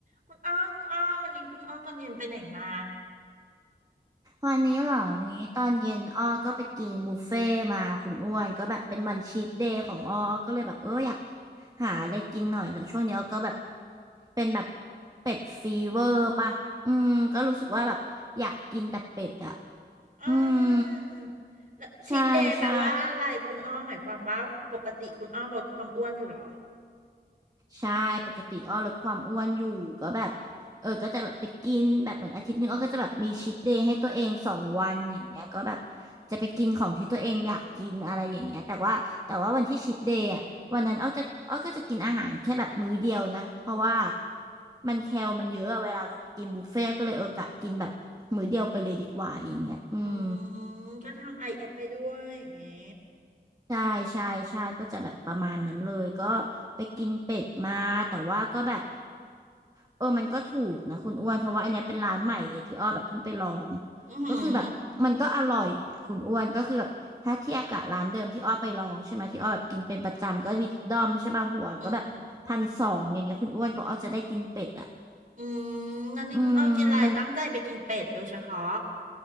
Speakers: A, on the right; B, on the right.
A: คุณอ้อคุณอ้อวันนี้คุณอ้อตอนเย็นไปไหนมา
B: วันนี้เหรอวันนี้ตอนเย็นอ้อก็ไปกินบุฟเฟ่ต์มาคุณอ้วนก็แบบเป็นวันชีทเดย์ของอ้ออ้อก็เลยแบบเอออยากหาอะไรกินหน่อยแล้วช่วงนี้อ้อก็แบบเป็นแบบเป็ดฟีเวอร์ป่ะอืมก็รู้สึกว่าแบบอยากกินแต่เป็ดอ่ะ
A: อ่
B: อืม
A: าแล้วชีทเดย์แปลว่าอะไรคุณอ้อหมายความว่าปกติคุณอ้อลดความอ้วนอยู่เหรอ
B: ใช่ใช่ ใช่ปกติอ้อลดความอ้วนอยู่ก็แบบเออก็จะแบบไปกินแบบเหมือนอาทิตย์หนึงอ้อก็จะแบบมีชีทเดย์ให้ตัวเองสองวันอย่างเงี้ยก็แบบจะไปกินของที่ตัวเองอยากกินอะไรอย่างเงี้ยแต่ว่าแต่ว่าวันที่ชีทเดย์อ่ะวันนั้นอ้อจะอ้อก็จะกินอาหารแค่แบบมื้อเดียวนะเพราะว่ามันแคลมันเยอะอะเวลาเราไปกินบุฟเฟ่ต์ก็เลยเออกะกินแบบมื้อเดียวไปเลยดีกว่าอย่างเงี้ยอืม
A: อืมก็ทำไอเอฟไปด้วยอย่างเงี้ย
B: ใช่ใช่ใช่ก็จะแบบประมาณนั้นเลยก็ไปกินเป็ดมาแต่ว่าก็แบบ เออมันก็ถูกนะคุณอ้วน เพราะว่าอันเนี้ยเป็นร้านใหม่เลยที่อ้อแบบเพิ่งไปลอง
A: อือหือ
B: ก็คือแบบมันก็อร่อยอะคุณอ้วนก็คือแบบถ้าเทียบกับร้านเดิมที่อ้อไปลองใช่ไหมที่อ้อแบบกินเป็นประจำก็วิดดอมใช่ป่ะหัวก็แบบพันสองอย่างเงี้ยคุณอ้วนก็อ้อจะได้กินเป็ดอ่ะ
A: อืมอืมนั้นนี่คุณอ้อกินอะไรตั้งใจไปกินเป็ดโดยเฉพาะ
B: อืมมัน